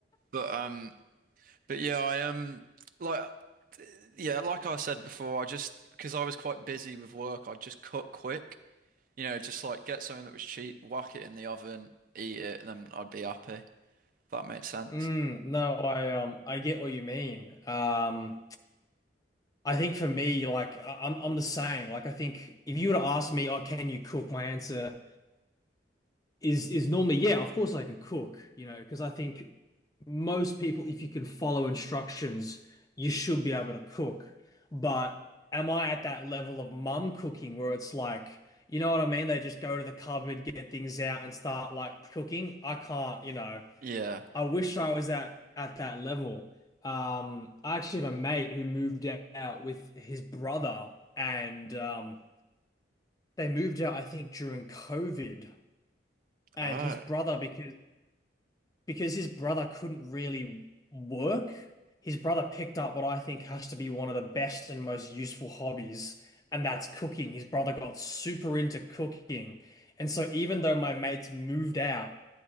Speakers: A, on the right; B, on the left.
A: But um, but yeah, I um, like yeah, like I said before, I just because I was quite busy with work, I just cook quick. You know, just like get something that was cheap, whack it in the oven, eat it, and then I'd be happy. If that makes sense.
B: Mm, no, I um I get what you mean. Um, I think for me, like I- I'm I'm the same. Like I think if you were to ask me, oh, can you cook? My answer. is is normally, yeah, of course I can cook, you know, because I think most people, if you can follow instructions, you should be able to cook. But am I at that level of mum cooking where it's like, you know what I mean? They just go to the cupboard, get things out, and start like cooking. I can't, you know.
A: Yeah.
B: I wish I was at at that level. Um, I actually have a mate who moved out with his brother, and um, they moved out, I think, during COVID. And
A: Oh.
B: his brother, because because his brother couldn't really work, his brother picked up what I think has to be one of the best and most useful hobbies, and that's cooking. His brother got super into cooking. And so even though my mates moved out,